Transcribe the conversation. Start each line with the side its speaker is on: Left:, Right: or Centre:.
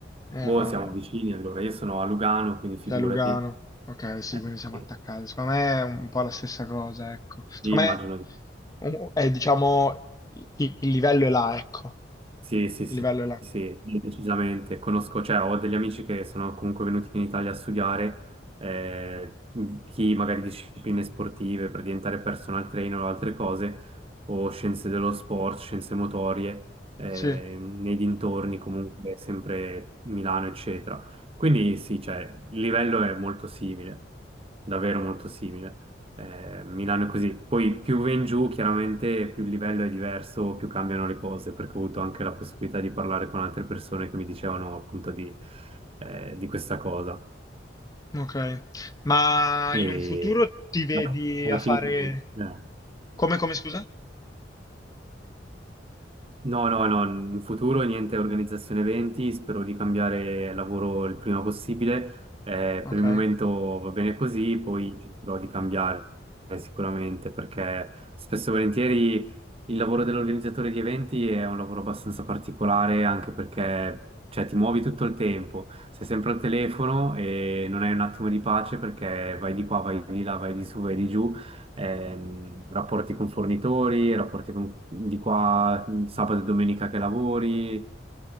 Left: Eh,
Right: Boh, siamo vicini, allora, io sono a Lugano, quindi figurati.
Left: cioè Lugano. Ok, sì,
Right: Eh,
Left: quindi siamo
Right: sì,
Left: attaccati. Secondo me è un po' la stessa cosa, ecco. Secondo
Right: sì, immagino.
Left: me um, è, diciamo, i- i- il, livello è là, ecco.
Right: Sì, sì,
Left: Il
Right: sì,
Left: livello è là.
Right: sì, sì, decisamente. Conosco, cioè, ho degli amici che sono comunque venuti in Italia a studiare, eh, mhmm, chi magari discipline sportive per diventare personal trainer o altre cose, o scienze dello sport, scienze motorie, eh,
Left: Sì,
Right: nei dintorni comunque, sempre Milano, eccetera. Quindi sì, cioè, il livello è molto simile, davvero molto simile. Eh, Milano è così. Poi più va in giù, chiaramente più il livello è diverso, più cambiano le cose, perché ho avuto anche la possibilità di parlare con altre persone che mi dicevano appunto di, eh, di questa cosa.
Left: ok. Ma
Right: E
Left: in un futuro ti vedi
Right: alla alla
Left: a fare...
Right: fine, eh.
Left: Come, come, scusa?
Right: No, no, no, in futuro niente organizzazione eventi, spero di cambiare lavoro il prima possibile. Eh,
Left: Ok.
Right: per il momento va bene così, poi cercherò di cambiare sicuramente perché spesso e volentieri il lavoro dell'organizzatore di eventi è un lavoro abbastanza particolare anche perché cioè, ti muovi tutto il tempo, sei sempre al telefono e non hai un attimo di pace perché vai di qua, vai di là, vai di su, vai di giù ehm, rapporti con fornitori, rapporti con- di qua, sabato e domenica che lavori.